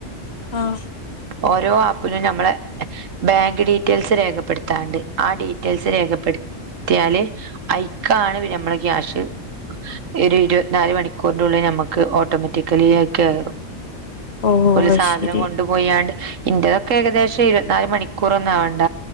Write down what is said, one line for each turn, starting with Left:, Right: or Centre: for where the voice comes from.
Left: ആഹ്
Right: ഓരോ ആപ്പിലും ഞമ്മളെ ബാങ്ക് ഡീറ്റെയിൽസ് രേഖപ്പെട്ത്താണ്ട് ആ ഡീറ്റെയിൽസ് രേഖപ്പെട്ത്തിയാല് അയ്ക്കാണ് വര നമ്മളെ ക്യാഷ് ഒരു ഇരുവത്ത്നാല് മണിക്കൂർന്റുള്ളില് നമ്മക്ക് ഓട്ടോമേറ്റിക്കലി അത് കേറും
Left: ഓഹ്
Right: ഓല്
Left: അത്
Right: സാധനം
Left: ശരി
Right: കൊ പോയാണ്ട് ഇന്റേതൊക്കെ ഏകദേശം ഇരുവത്ത് നാല് മണിക്കൂറൊന്നു ആവണ്ട